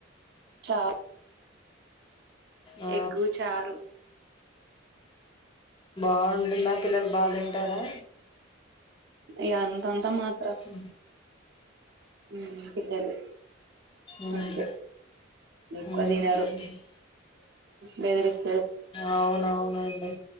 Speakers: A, on the right; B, on the left.
A: చా
B: ఆ
A: ఎగ్గు చారు
B: బాగుంటుందా పిల్లలు బా తింటారా?
A: ఇగ అంతంతా మాత్
B: హు
A: ఉ పిద్దలు
B: ఉమ్
A: అంతే ఎక్కువ
B: ఉమ్
A: తినరు బెదిరిస్
B: అవునవునండి